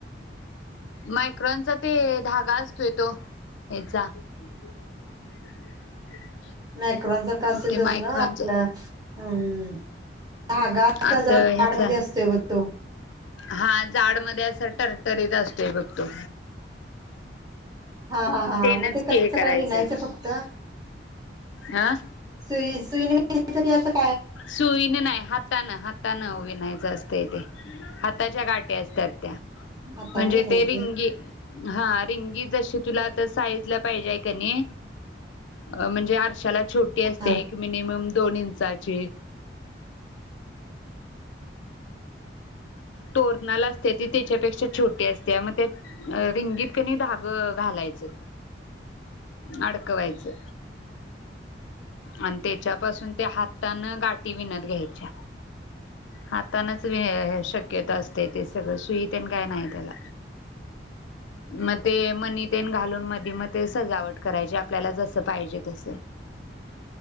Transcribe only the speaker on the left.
मायक्रॉनचा ते धागा असतोय तो हेचा <inaudible>
ते
मायक्रॉनच
असं
ह्याच
हा जाड मध्ये असं टर्रर्टरीत असतोय बघ तो
तेनच
की
हे करायचं
अ
सुईने नाय हातानं हात हातान विनायचं असतय ते हाताच्या गाठी असत्यात त्या
म्हणजे
ते रिंगी हा रिंगी जशी तुला त साईटला पाहिजे हाय कणी अ मंजे आरशाला छोटी असते
एक मिनिमम दोन इंचाची तोरणाला असतिया ती तेच्यापेक्षा छोटी असतिया मग त्यात रिंगीत कनी धाग घालायचं अडकवायचं आणि तेच्यापासून ते हात हातान गाठी विणत घ्यायच्या हातानच वेय शक् क्यता असतय तेचं सगळं सुईतेन काय नाही त्याला मग ते मनी तेन घालून मधी म ते सजावट करायचे आपल्याला जस पाहिजे तसं